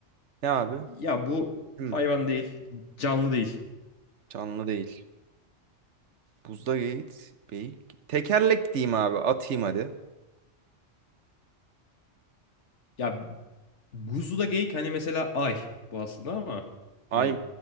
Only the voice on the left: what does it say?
Ya bu
hayvan
değil. Canlı değil.
Ya buzda geyik hani mesela ay bu aslında ama
hani